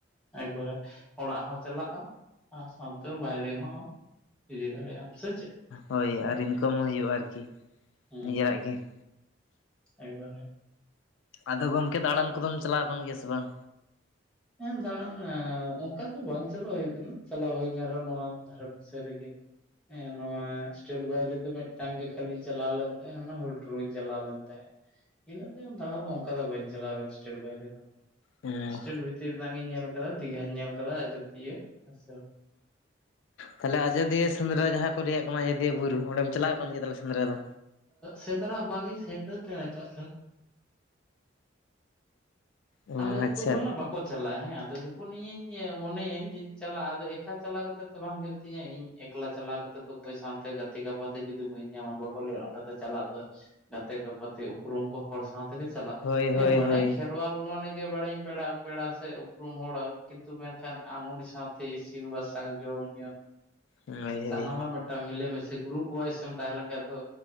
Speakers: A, in the centre; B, on the left.
A: ᱮᱠᱵᱟᱨᱮ ᱚᱲᱟᱜ ᱦᱚᱸ ᱪᱟᱞᱟᱜᱼᱟ ᱾ ᱟᱨ ᱥᱟᱶᱛᱮ ᱵᱟᱭᱨᱮ ᱦᱚᱸ ᱤᱫ ᱫᱟᱲᱮᱟᱢ ᱥᱮ ᱪᱮᱫ?
B: ᱦᱳᱭ ᱟᱨ ᱤᱱᱠᱟᱢ ᱦᱚᱸ ᱦᱩᱭᱩᱜᱼᱟ, ᱟᱨᱠᱤ
A: ᱦᱮᱸ
B: ᱱᱤᱡᱮᱨᱟᱜ ᱜᱮ ᱾
A: ᱮᱠᱵᱟᱨᱮ,
B: ᱟᱫᱚ ᱜᱚᱢᱠᱮ ᱫᱟᱬᱟᱱ ᱠᱚᱫᱚᱢ ᱪᱟᱞᱟᱣ ᱟᱠᱟᱱ ᱜᱮᱭᱟ ᱥᱮ ᱵᱟᱝ?
A: ᱦᱮᱸ ᱫᱟᱬᱟᱱ ᱚᱱᱠᱟ ᱫᱚ ᱵᱟᱝ ᱪᱟᱞᱟᱣ ᱦᱩᱭ ᱠᱟᱱᱟ ᱾ ᱪᱟᱞᱟᱣ ᱦᱩᱭᱠ ᱨᱮᱦᱚᱸ ᱱᱚᱣᱟ ᱫᱷᱟᱨᱮ ᱥᱮ ᱨᱮᱜᱮ, ᱦᱮᱸ ᱱᱚᱣᱟ ᱥᱴᱮᱴ ᱵᱟᱭᱨᱮᱫᱚ ᱢᱤᱫᱴᱟᱝ ᱜᱮ ᱠᱷᱟᱹᱤᱧ ᱪᱟᱞᱟᱣ ᱞᱮᱱ ᱛᱟᱦᱮᱸ ᱦᱩᱞ ᱴᱩᱨ ᱤᱧ ᱪᱟᱞᱟᱣ ᱞᱮᱱ ᱛᱟᱦᱮᱸᱫ ᱾ ᱤᱱᱟᱹ ᱛᱟᱭᱚᱢ ᱫᱟᱬᱟ ᱫᱚ ᱚᱱᱠᱟ ᱫᱚ ᱵᱟᱹᱧ ᱪᱟᱞᱟᱣ ᱟᱠᱟᱱᱟ ᱵᱟᱭᱨᱮ ᱫᱚ ᱾
B: ᱦᱮᱸ
A: ᱥᱴᱮᱴ ᱵᱷᱤᱛᱤᱨ ᱨᱮᱱᱟᱜ ᱜᱤᱧ ᱧᱮᱞ ᱠᱟᱫᱟ ᱫᱤᱜᱷᱟᱧ ᱧᱮᱞ ᱠᱟᱫᱟ ᱟᱡᱳᱫᱤᱭᱟᱹ ᱦᱮ ᱥᱮ
B: ᱛᱟᱦᱞᱮ ᱟᱡᱚᱫᱤᱭᱟᱹ ᱥᱮᱸᱫᱽᱨᱟ ᱡᱟᱦᱟᱸ ᱠᱚ ᱨᱮᱭᱟᱜ ᱠᱟᱱᱟ ᱟᱡᱚᱫᱤᱭᱟᱹ ᱵᱩᱨᱩ ᱚᱸᱰᱮᱢ ᱪᱟᱞᱟᱣ ᱟᱠᱟᱱ ᱜᱮᱭᱟ ᱛᱟᱦᱮ ᱥᱮᱸᱫᱽᱨᱟ ᱫᱚ?
A: ᱥᱮᱸᱫᱽᱨᱟ ᱵᱟᱝᱤᱧ ᱥᱮᱴᱮᱨ ᱫᱟᱲᱮ ᱟᱠᱟᱫ ᱛᱟᱦᱮᱸᱫ,
B: ᱚ
A: ᱟᱞᱮ ᱟᱹᱛᱩ
B: ᱟᱪᱪᱷᱟ
A: ᱠᱷᱚᱱᱟᱜ ᱵᱟᱠᱚ ᱪᱟᱞᱟᱜᱼᱟ ᱦᱮᱸ ᱟᱫᱚ ᱡᱚᱠᱷᱚᱱ ᱤᱧᱤᱧ ᱢᱮᱱᱟᱹᱧ ᱡᱮᱧ ᱪᱟᱞᱟᱜᱼᱟ ᱟᱫᱚ ᱮᱠᱠᱟ ᱪᱟᱞᱟ ᱠᱟᱛᱮ ᱛᱚ ᱵᱟᱝ ᱦᱩᱭᱩᱜ᱾ ᱛᱤᱧᱟᱹ ᱤᱧ ᱮᱠᱞᱟ ᱪᱟᱞᱟᱣ ᱠᱟᱛᱮ ᱫᱚ ᱚᱠᱚᱭ ᱥᱟᱶᱛᱮ ᱜᱟᱛᱮ ᱜᱟᱯᱟᱛᱮ ᱡᱩᱫᱤ ᱵᱟᱹᱧ ᱧᱟᱢᱟ ᱵᱟ ᱵᱚᱞᱮ ᱚᱸᱰᱮ ᱫᱚ ᱪᱟᱞᱟᱜ ᱫᱚ ᱜᱟᱛᱮ ᱠᱚᱯᱛᱮ ᱩᱯᱨᱩᱢ ᱠᱚ ᱦᱚᱲ ᱥᱟᱶ ᱛᱮᱜᱮ ᱪᱟᱞᱟᱜ
B: ᱦᱳᱭ
A: ᱦᱮᱸ
B: ᱦᱳᱭ
A: ᱵᱟᱲᱟᱭᱤᱧ
B: ᱦᱳᱭ
A: ᱠᱷ ᱠᱷᱮᱨᱣᱟᱞ ᱢᱟᱱᱮ ᱜᱮ ᱵᱟᱲᱟᱭᱤᱧ ᱯᱮᱲᱟ ᱯᱮᱲᱟ ᱥᱮ ᱩᱯᱨᱩᱢ ᱦᱚᱲ, ᱠᱤᱱᱛᱩ ᱢᱮᱱᱠᱷᱟᱱ ᱟᱢ ᱩᱱᱤ ᱥᱟᱶᱛᱮ ᱤᱥᱤᱱ, ᱵᱟᱥᱟᱝ ᱡᱚᱢ ᱧᱩ
B: ᱦᱳᱭ ᱦᱳᱭ ᱦᱳᱭ
A: ᱥᱟᱱᱟᱢᱟᱜ ᱢᱤᱫᱴᱟᱝ ᱢᱤᱞᱮᱢᱤᱥᱮ ᱜᱨᱩᱯ ᱚᱣᱟᱭᱤᱥ ᱮᱢ ᱛᱟᱦᱮᱸᱞᱮᱱ ᱠᱷᱟᱡ ᱫᱚ